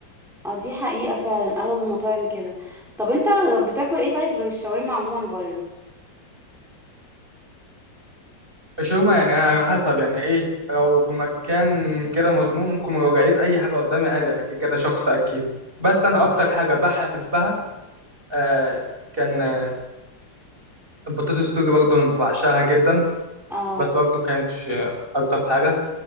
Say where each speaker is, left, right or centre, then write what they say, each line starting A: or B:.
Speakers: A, in the centre; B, on the right (about 30°).
A: اه دي حقيقة فعلا اغلب المطاعم كده طب انت بتاكل ايه طيب غير الشاورما عموما بره
B: الشاورما يعني على حسب يعني إيه لو في مكان كده مظلوم ممكن لو لقيت أي حاجة قدامي عادي أنا كده كده شخص أكيد بس أنا أكتر حاجة بحبها آه كان آه، البطاطس السوري برضه أنا بعشقها جدا
A: اه
B: بس برضه كانتش آه، أكتر حاجة